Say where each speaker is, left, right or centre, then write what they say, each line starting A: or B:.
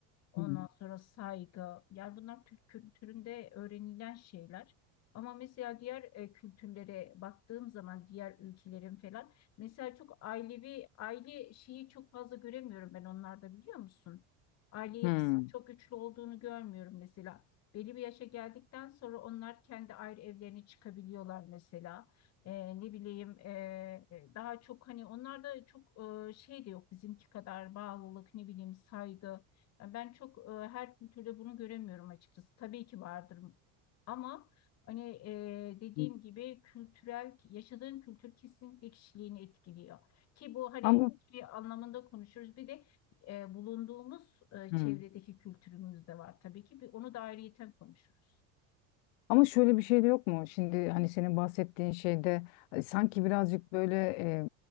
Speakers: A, on the left; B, on the left.
A: Ondan
B: Hı hı.
A: sonra saygı. Yani bunlar Türk kültüründe öğrenilen şeyler. Ama mesela diğer e, kültürlere baktığım zaman diğer ülkelerin falan mesela çok ailevi aile şeyi çok fazla göremiyorum ben onlarda biliyor musun? Aile yapısı
B: Hı hı. Hı.
A: çok güçlü olduğunu görmüyorum mesela. Belli bir yaşa geldikten sonra onlar kendi ayrı evlerine çıkabiliyorlar mesela. E, ne bileyim e, e, daha çok hani onlarda çok e, şey de yok bizimki kadar bağlılık ne bileyim saygı. Yani Ben çok e, her kültürde bunu göremiyorum açıkçası. Tabii ki vardır ama hani e, dediğim
B: Hı.
A: gibi kültürel yaşadığın kültür kesinlikle kişiliğini etkiliyor. Ki bu hani
B: Ama
A: bir anlamında konuşuruz. Bir de e, bulunduğumuz e,
B: hı.
A: çevredeki kültürümüz de var tabii ki. Bir, onu da ayrıyeten konuşuruz.
B: Ama şöyle bir şey de yok mu? Şimdi hani senin bahsettiğin şeyde e, sanki birazcık böyle e,